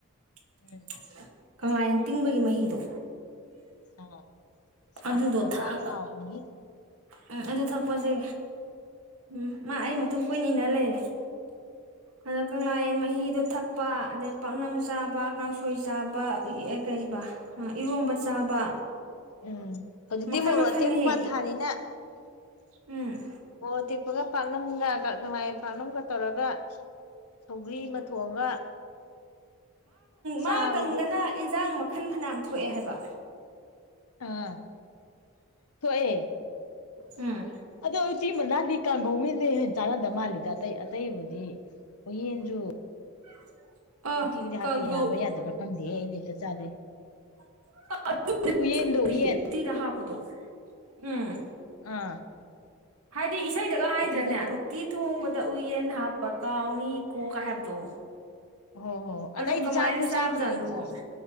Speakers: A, on the right; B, on the left.
A: <inaudible>
B: ꯎꯝ
A: ꯀꯪꯂꯥꯟꯌꯦꯟ ꯇꯤꯡꯕꯒꯤ ꯃꯍꯤꯗꯣ
B: ꯑ
A: ꯑꯗꯨꯗꯣ
B: ꯄꯥꯛꯅꯝꯒ
A: ꯊꯛꯑꯒ
B: ꯆꯕꯗ ꯍꯎꯕꯥꯅꯤꯍꯦ
A: ꯎꯝ ꯑꯗꯨ ꯊꯛꯄꯁꯦ ꯎꯝ ꯃꯥ ꯑꯩ ꯃꯇꯨꯡ ꯀꯣꯏꯟ ꯏꯟꯅ ꯂꯩꯔꯦ ꯑꯗ ꯀꯪꯂꯥ ꯌꯦꯟ ꯃꯍꯤꯗꯣ ꯊꯛꯄ ꯑꯗꯩ ꯄꯥꯛꯅꯝ ꯆꯥꯕ ꯀꯥꯡꯁꯣꯏ ꯆꯥꯕ ꯀꯩꯕ ꯏꯔꯣꯝꯕ ꯆꯥꯕ
B: ꯎꯝ ꯍꯧꯖꯤꯛꯇꯤ
A: ꯃꯈꯟ
B: ꯃꯣꯔꯣꯛ
A: ꯃꯈꯟꯅꯤꯍꯦ
B: ꯑꯇꯦꯛꯄ ꯄꯥꯟꯊꯥꯅꯤꯅ <unintelligible>
A: ꯎꯝ
B: ꯃꯣꯔꯣꯛꯇꯦꯛꯄꯒ ꯄꯥꯛꯅꯝꯒ ꯀꯪꯂꯥꯌꯦꯟ ꯄꯥꯛꯅꯝꯒ ꯇꯧꯔꯒ ꯁꯧꯒ꯭ꯔꯤ ꯑꯃ ꯊꯣꯡꯉꯒ ꯆꯥꯕꯗꯤ
A: ꯃꯥ ꯇꯪꯗꯅ ꯏꯟꯁꯥꯡ ꯃꯈꯜ ꯐꯅꯌꯥꯝ ꯊꯣꯛꯑꯦ ꯍꯥꯏꯕ
B: ꯑꯥ ꯊꯣꯛꯑꯦ
A: ꯎꯝ
B: ꯑꯗꯣ ꯎꯆꯤ ꯃꯅꯥ ꯗꯤ ꯀꯥꯡꯒꯧ <unintelligible> ꯆꯥꯟꯅꯗꯕ ꯃꯥꯜꯂꯤꯗ ꯑꯇꯩ ꯑꯇꯩꯕꯨꯗꯤ ꯎꯌꯦꯟ ꯖꯨ
A: <inaudible>
B: ꯎꯇꯤꯗꯤ
A: ꯀꯧꯔꯤ
B: ꯍꯥꯄꯄꯤ ꯌꯥꯕꯔ ꯌꯥꯗꯕꯔ ꯈꯪꯗꯦ ꯑꯩꯗꯤ ꯑꯝꯇꯥ ꯆꯥꯗ꯭ꯔꯤ
A: <unintelligible>
B: ꯎꯌꯦꯟꯗꯣ ꯎꯌꯦꯟ
A: ꯎꯝ
B: ꯑꯥ
A: ꯍꯥꯏꯗꯤ ꯏꯁꯩ ꯗꯒ ꯍꯥꯏꯗ꯭ꯔꯅꯦ
B: ꯎꯇꯤꯗ
A: ꯎꯇꯤ ꯊꯣꯡꯕ ꯎꯌꯦꯟ ꯍꯥꯞꯄꯀꯥꯎꯅꯤ꯫ ꯀꯣ ꯀ ꯍꯥꯏꯕꯗꯣ꯫
B: ꯍꯣ ꯍꯣ ꯑꯗꯥ
A: ꯑꯗꯣ
B: ꯑꯩꯗꯤ
A: ꯀꯃꯥꯏꯅ
B: ꯆꯥ ꯑꯩꯈꯣꯏ
A: ꯆꯥꯕꯖꯥꯠꯅꯣ
B: ꯆꯥꯗꯦ ꯑꯩꯗꯤ
A: ꯑꯗꯨꯕꯣ
B: ꯆꯥ ꯗꯦ